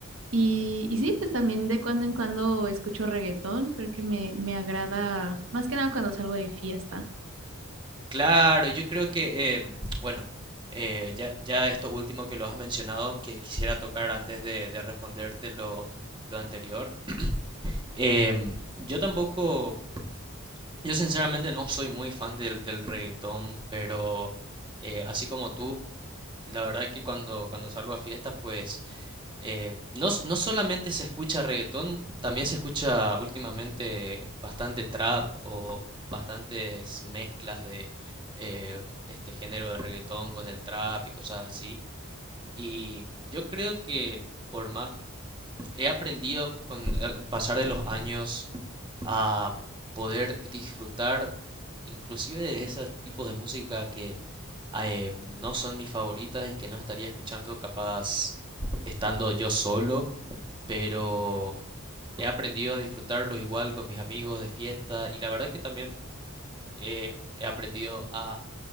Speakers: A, on the right (about 60°); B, on the right (about 20°).
A: Y, y sí, pues también de cuando en cuando escucho reggaetón, creo que me, me agrada más que nada cuando salgo de fiesta.
B: Claro, yo creo que, em, bueno, eh, ya, ya esto último que lo has mencionado, que quisiera tocar antes de, de responderte lo, lo anterior. Em, yo tampoco, yo sinceramente no soy muy fan del, del reggaetón, pero eh, así como tú, La verdad que cuando, cuando salgo a fiestas, pues eh, no, s- no solamente se escucha reggaetón, también se escucha últimamente bastante trap o bastantes mezclas de eh, este género de reggaetón con el trap y cosas así. Y yo creo que por más he aprendido con el pasar de los años a poder disfrutar inclusive de esos tipos de música que eh, no son mis favoritas y que no estaría escuchando capaz estando yo solo, pero he aprendido a disfrutarlos igual con mis amigos de fiesta y la verdad que también eh, he aprendido a